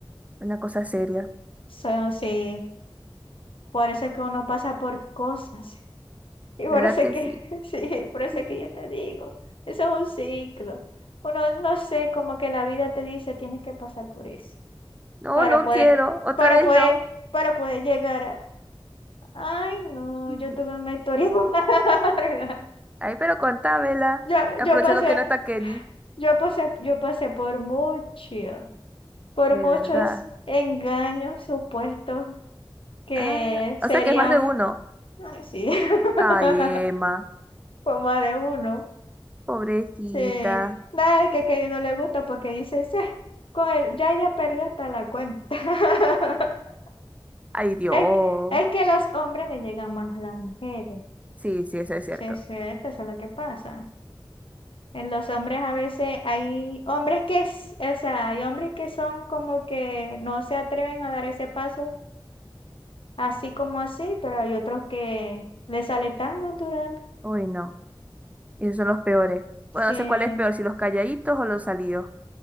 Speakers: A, on the right (about 15°); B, on the left (about 70°).
A: una cosa seria,
B: So, sí, por eso es que uno pasa por cosas. <laughs> Y por
A: ¿verdad
B: eso
A: que
B: es que,
A: sí?
B: <laughs> sí, por eso
A: Ujú.
B: es que yo te digo, eso es un ciclo. Uno, no sé, como que la vida te dice, tienes que pasar por eso
A: No,
B: para
A: no
B: poder,
A: quiero, otra
B: para
A: vez
B: poder,
A: no.
B: para poder llegar a... Ay, no,
A: Ujú.
B: yo tuve una historia <laughs> larga.
A: Ay, pero contámela,
B: Yo,
A: aprovechando
B: yo pasé,
A: que no está Kenny,
B: yo pasé, yo pasé por mucho, por
A: de
B: muchos
A: verdad.
B: engaños supuestos que
A: Ah,
B: serían...
A: o sea que es más de uno.
B: Ay, sí. <laughs>
A: Ay, Emma,
B: Como de uno.
A: pobrecita.
B: Sí. Nada, es que, que no le gusta porque dice, sí, con el- ya ella perdió hasta la cuenta. <laughs>
A: Ay, Dios.
B: Es, que- es que los hombres le llegan más a las mujeres.
A: Sí, sí, eso es cierto.
B: Sí, sí, esto es lo que pasa. En los hombres a veces hay hombres que, s- o sea, hay hombres que son como que no se atreven a dar ese paso así como así, pero hay otros que les sale tan natural.
A: Uy, no, esos son los peores.
B: Sí.
A: Bueno, no sé cuál es peor, si los calladitos o los salidos.